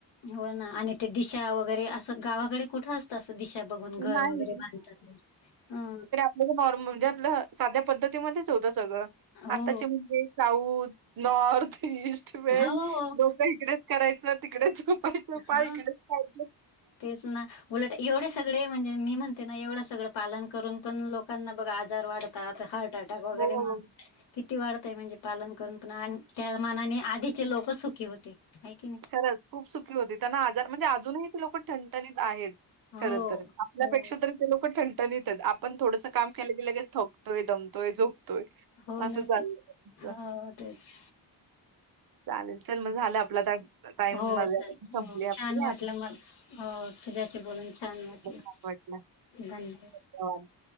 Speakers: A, on the left (about 85°); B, on the right (about 55°).
A: हो ना आणि ते दिशा वगैरे असं गावाकडे कुठं असत तस दिशा बघून घर
B: नाही.
A: वगैरे बांधतात, अ.
B: म्हणजे नॉर्मल म्हणजे आपल साध्या पद्धतीमध्येच होतं सगळं
A: हो,
B: आत्ताचे म्हणजे साऊथ, नॉर्थ, ईस्ट, वेस्ट
A: हो,
B: डोक इकडेच करायच. तिकडेच झोपायच पाय
A: हो.
B: इकडेच पाहिजे.
A: तेच ना. उलट एवढे सगळे म्हणजे मी म्हणते ना एवढं सगळं पालन करून पण लोकांना बघा आजार वाढ तात हार्ट अटॅक वगैरे
B: हो,
A: म की ती वाढतय म्हणजे पालन करून पण आणि त्या मानाने आधीचे लोक सुखी होते हाय की नाय.
B: खरच खूप सुखी होती त्यांना आजार म्हणजे अजूनही ते लोक ठणठणीत आहेत. खर
A: हो
B: तर आपल्यापेक्षा
A: हो
B: तरी ते लोक ठणठणीत आहेत. आपण थोडस काम केलं की लगेच थक तोय दमतोय, झोपतोय,
A: हो
B: असं
A: ना
B: चालय.
A: तेच हो तेच.
B: चालेल चल मग झाला आपला टाईम टाईम
A: हो
B: मर्यादा
A: चालेल
B: पण संपली
A: हो
B: आपली.
A: छान वाटलं
B: आपण
A: मला. हो तुझ्याशी बोलून छान वाटलं,
B: छान वाटलं.
A: धन्यवाद.
B: <unintelligible>